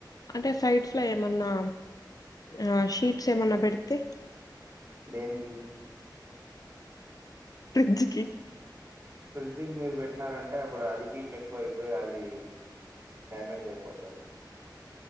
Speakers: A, on the left (about 50°); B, on the right (about 30°).
A: అంటే సైడ్స్ ల ఏమన్నా ఆ షీట్స్ ఏమన్నా పెడితే
B: దేనికి
A: ఫ్రిడ్జ్ కి
B: ఫ్రిడ్జ్కి మీరు పెట్టినారంటే అప్పుడు అది హీట్ ఎక్కువ అయిపోయి అది డ్యామేజ్ అయిపోతది